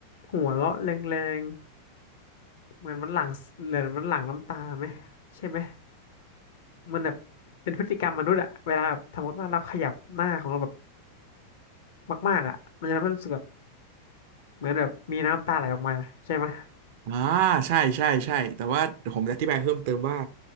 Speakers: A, on the left (about 55°); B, on the right (about 50°).
A: หัวเราะแรงๆเหมือนมันหลั่งเหมือนมันหลั่งน้ำตาไหมใช่ไหมมันแบบเป็นพฤติกรรมมนุษย์อะเวลาแบบสมมติว่าเราขยับหน้าของเราแบบมากๆอะมันจะทำให้รู้สึกแบบเหมือนแบบมีน้ำตาไหลออกมาใช่ไหม
B: อ่าใช่ใช่ใช่แต่ว่าเดี๋ยวผมจะอธิบายเพิ่มเติมว่า